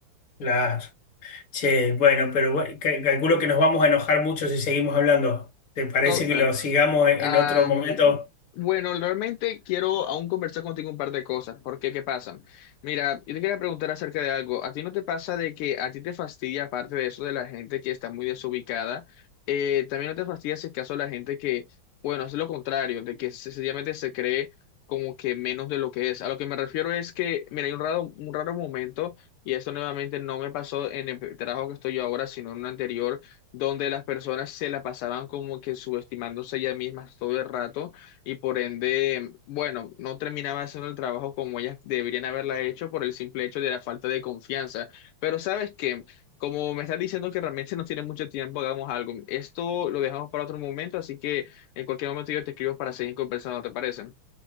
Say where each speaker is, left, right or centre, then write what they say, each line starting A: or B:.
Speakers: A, on the left; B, on the left.
A: Claro. Che, bueno, pero bueno, ca- calculo que nos vamos a enojar mucho si seguimos hablando. ¿Te parece
B: Total.
A: que lo sigamos en
B: Am,
A: en otro momento?
B: bueno, realmente quiero aún conversar contigo un par de cosas, porque ¿qué pasan? Mira, yo te quería preguntar acerca de algo. ¿A ti no te pasa de que a ti te fastidia, aparte de eso de la gente que está muy desubicada, eh, también no te fastidia si es caso la gente que, bueno, es lo contrario, de que sencillamente se cree como que menos de lo que es? A lo que me refiero es que, mira, hay un raro, un raro momento, y esto nuevamente no me pasó en el trabajo que estoy yo ahora, sino en un anterior donde las personas se la pasaban como que subestimándose ellas mismas todo el rato y por ende, bueno, no terminaban haciendo el trabajo como ellas deberían haberla hecho por el simple hecho de la falta de confianza. Pero sabes que, como me estás diciendo que realmente no tiene mucho tiempo, hagamos algo. Esto lo dejamos para otro momento, así que en cualquier momento yo te escribo para seguir conversando, ¿te parece?